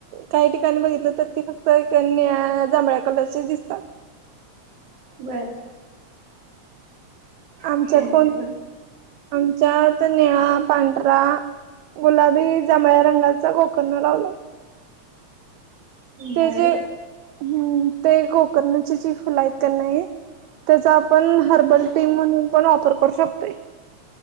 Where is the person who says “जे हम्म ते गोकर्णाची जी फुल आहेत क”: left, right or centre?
Right